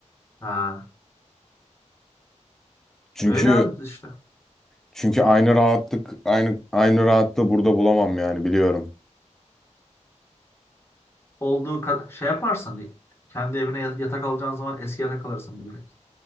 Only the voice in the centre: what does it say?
Çünkü
çünkü aynı rahatlık, aynı aynı rahatlığı burada bulamam yani biliyorum.